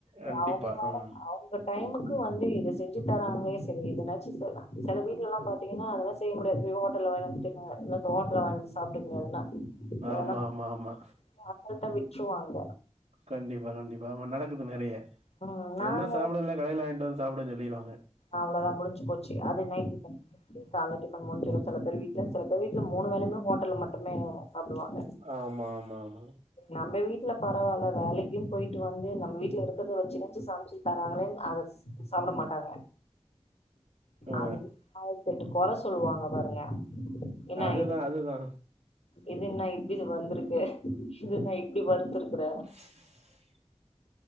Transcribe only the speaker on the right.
கண்டிப்பா
ம்
ஆமா
ஆமா ஆமா
கண்டிப்பா கண்டிப்பா ஆமா நடக்குது நெறைய
வேண்ணா சாப்புடு இல்ல கடையில வாங்கிட்டு வந்து சாப்புடு சொல்லீருவாங்க
ஆமா ஆமா ஆமா
ஆ
அதுதா
அதுதா
<inaudible>